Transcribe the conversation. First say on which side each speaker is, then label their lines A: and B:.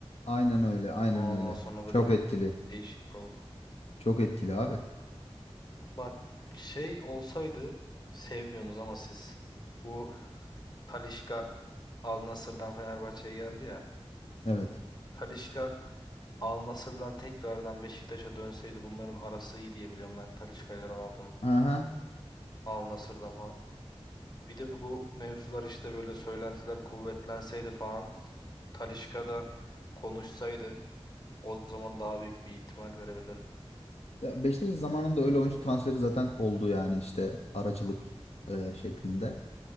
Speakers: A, on the left (about 80°); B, on the left (about 40°).
A: Aynen öyle, aynen
B: Ronaldo'dan
A: öyle.
B: sonra
A: Çok
B: böyle bir
A: etkili.
B: değişiklik oldu.
A: Çok etkili abi.
B: Bak şey olsaydı sevmiyorsunuz ama siz bu Talisca Al Nassr'dan Fenerbahçe'ye geldi ya.
A: Evet.
B: Talisca Al Nassr'dan tekrardan Beşiktaş'a dönseydi bunların arası iyi diye biliyorum ben Talisca ile Ronaldo'nun
A: Aha.
B: Al Nassr'dan falan. Bir de bu mevzular işte böyle söylentiler kuvvetlenseydi falan Talisca da konuşsaydı o zaman daha büyük bir ihtimal verebilirdim.
A: Ya Beşiktaş'ın zamanında öyle oyuncu transferi zaten oldu yani işte aracılık e, şeklinde.